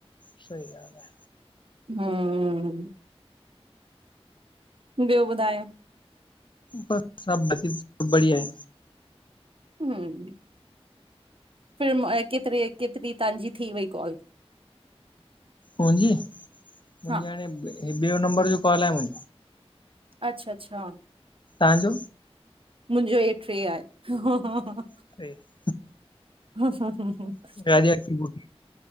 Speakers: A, on the left; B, on the right.
A: सही ॻाल् आ।
B: हम ॿियो ॿुधायो
A: बस सभ मजे में, सभु बढ़िया आहें।
B: हम, फिर म केतरी, केतरी तव्हांजी थी वई कॉल?
A: मुंहिंजी, मुंहिंजी
B: हा
A: हाणे ॿियो नंबर जो कॉल आहे मुं
B: अच्छा- अच्छा।
A: तव्हांजो?
B: मुंहिंजो हे ट्रे आहे, हा हा
A: <unintelligible>
B: हा, हा, हा, हा
A: <unintelligible>